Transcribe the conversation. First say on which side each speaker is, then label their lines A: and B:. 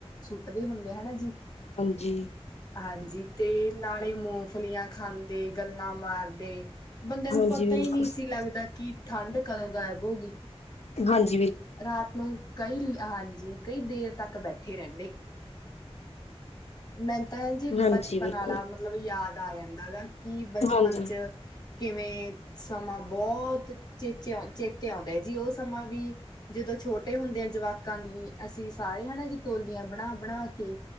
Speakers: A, on the left; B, on the left.
A: ਸੁੱਟਦੇ ਹੁੰਦੇ ਹਨਾ ਜੀ।
B: ਹਾਂਜੀ
A: ਹਾਂਜੀ ਤੇ ਨਾਲੇ ਮੂੰਗਫਲੀਆਂ ਖਾਂਦੇ ਗੱਲਾਂ ਮਾਰ ਦੇ ਬੰਦਿਆਂ ਨੂੰ
B: ਹਾਂਜੀ
A: ਪਤਾ ਈ
B: ਬਿਲਕੁਲ
A: ਨੀ ਸੀ ਲੱਗਦਾ ਕਿ ਠੰਡ ਕਦੋਂ ਗਾਇਬ ਹੋ ਗੀ।
B: ਹਾਂਜ
A: ਰਾਤ ਨੂੰ ਕਈਲ ਹਾਂਜੀ ਕਈ ਦੇਰ ਤੱਕ ਬੈਠੇ ਰੇਂਦੇ, ਮੈਂ ਤਾ ਜੀ
B: ਹਾਂਜੀ
A: ਬਚਪਨ
B: ਬਿਲਕੁਲ
A: ਆਲਾ ਮਤਲਬ ਯਾਦ ਆ ਜਾਂਦਾ ਗਾ ਕਿ ਬਚਪਨ
B: ਹਾਂਜੀ
A: ਚ ਕਿਵੇਂ ਸਮਾਂ ਬਹੁ ਤ ਚੇਚੇ ਆ ਚੇਤੇ ਆਉਂਦਾ ਜੀ ਉਹ ਸਮਾਂ ਵੀ ਜਦੋਂ ਛੋਟੇ ਹੁੰਦੇ ਆ ਜਵਾਕਾਂ ਦੀ ਅਸੀਂ ਸਾਰੇ ਹਨਾ ਜੀ ਟੋਲੀਆਂ ਬਣਾ-ਬਣਾ ਕੇ